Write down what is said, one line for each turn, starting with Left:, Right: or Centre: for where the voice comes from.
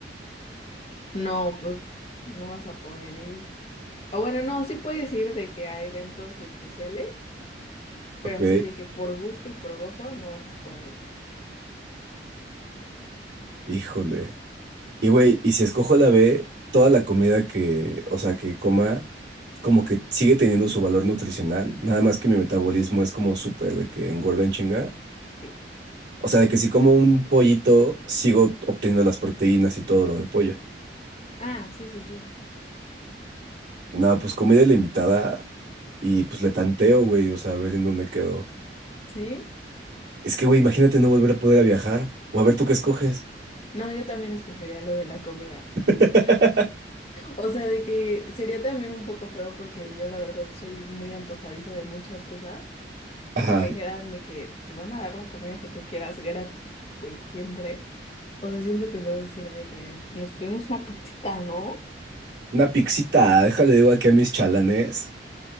Left: No, pues no vas a poder ir. O bueno, no, sí puedes ir de que a eventos especiales, pero
Right: Ok,
Left: así de que por gusto y por gozo no vas a poder ir.
Right: híjole. Y güey, y si escojo la B, toda la comida que, o sea, que coma, como que sigue teniendo su valor nutricional, nada más que mi metabolismo es como súper de que engorda en chinga.
Left: Sí.
Right: O sea, de que si como un pollito, sigo obteniendo las proteínas y todo lo del pollo.
Left: Ah, sí, sí, sí.
Right: Nada, pues comida ilimitada y pues le tanteo, güey, o sea, a ver en dónde quedo.
Left: ¿Sí?
Right: Es que, güey, imagínate no volver a poder a viajar. O a ver tú qué escoges.
Left: No, yo también escogería lo de la comida.
Right: <laughs>
Left: <laughs> O sea, de que sería también un poco feo porque yo la verdad soy muy antojadiza de muchas cosas.
Right: Ajá.
Left: Y si me dijeran de que te van a dar la comida que tú quieras gratis, güey, siempre. O sea, siento que luego sería de que nos pedimos una pizzita, ¿no?
Right: Una pixita, déjale digo aquí a mis chalanes.